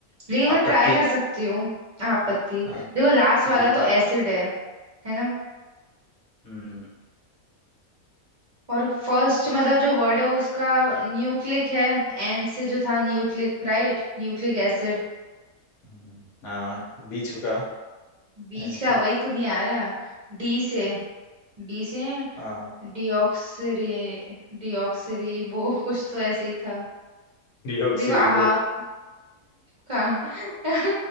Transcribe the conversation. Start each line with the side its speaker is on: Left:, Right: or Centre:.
Right: लेकिन मैं
Left: आपत्ति
Right: ट्राई कर सकती हूँ आपत्ति
Left: हाँ
Right: देखो लास्ट वाला
Left: बिल्कुल
Right: तो एसिड है है ना
Left: हम्म
Right: और फर्स्ट मतलब जो वर्ड है उसका न्यूक्लिक है एन से जो था न्यूक्लिक राइट न्यूक्लिक एसिड
Left: हम्म, हाँ बीच का
Right: बीच
Left: एन
Right: का
Left: से
Right: वही तो नहीं आ रहा डी से डी से
Left: हाँ
Right: डिऑक्सरी डिऑक्सरी वो <laughs> कुछ तो ऐसे ही था
Left: डीऑक्सी
Right: देखो
Left: रिबो
Right: हाफ कहाँ